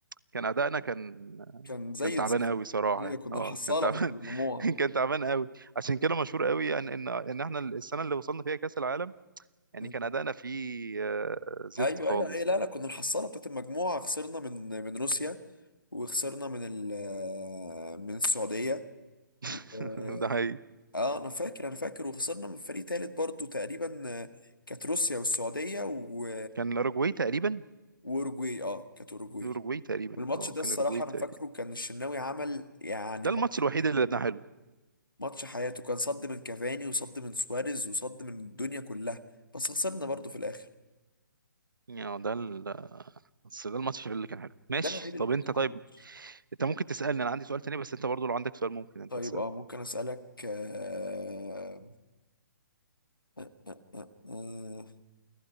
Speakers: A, on the right (about 75°); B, on the left (about 85°).
A: كان ادائنا كان
B: كان زي
A: كان تعبان
B: الزفت
A: قوي صراحه
B: ايوه
A: يعني
B: كنا
A: اه
B: الحصاله
A: كان تعبان
B: بتاعت المجموعه
A: <laughs> كان تعبان قوي عشان كده مشهور قوي يعني ان ان احنا السنه اللي وصلنا فيها كاس العالم يعني
B: مم.
A: كان ادائنا فيه آه، زفت
B: ايوه
A: خالص
B: ايوه ايوه لا
A: يعني
B: لا كنا الحصاله بتاعت المجموعه خسرنا من من روسيا وخسرنا من ال من السعوديه
A: <laughs>
B: و...
A: ده حقيقي
B: اه انا فاكر انا فاكر وخسرنا من فريق تالت برضو تقريبا آه، كانت روسيا والسعوديه و...
A: كان الاوروجواي تقريبا
B: واوروجواي اه كانت اوروجواي
A: الاوروجواي تقريبا
B: والماتش
A: اه
B: ده الصراحه
A: كان الاوروجواي تقريبا
B: انا فاكره كان الشناوي عمل يعني
A: ده
B: ماتش
A: الماتش الوحيد اللي لعبناه حلو
B: ماتش حياته كان صد من كافاني وصد من سواريز وصد من الدنيا كلها بس خسرنا برضو في الاخر
A: يعني آه، ده ال... بس ده الماتش اللي كان حلو ماشي
B: ده الوحيد اللي
A: طب
B: كنت
A: انت
B: حاضر
A: طيب
B: الماتش
A: انت ممكن تسالني انا عندي سؤال تاني بس انت برضو لو عندك سؤال ممكن انت
B: طيب
A: تساله
B: اه ممكن اسالك آه آه آه آه آه،